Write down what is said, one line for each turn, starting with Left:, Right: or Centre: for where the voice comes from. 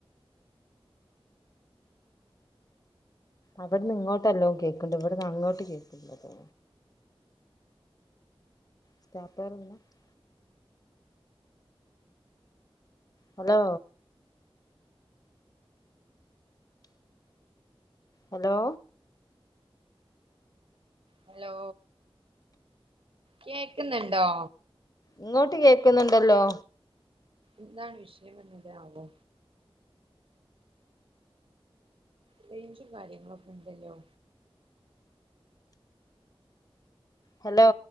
Left: അവിട്ന്ന് ഇങ്ങോട്ട് നല്ലോം കേക്ക്ണ്ട് ഇവട്ന്ന് അങ്ങോട്ട് കേക്ക്ല്ലല്ലോ. <unintelligible> ഹലോ ഹലോ
Right: ഹലോ കേക്കുന്ന്ണ്ടോ?
Left: ഇങ്ങോട്ട് കേക്ക്ന്ന്ണ്ടല്ലോ.
Right: എന്താണ് വിഷയം എന്നത് ആവോ. റേഞ്ചും കാര്യങ്ങളും ഒക്കെ ഇണ്ടല്ലോ.
Left: ഹലോ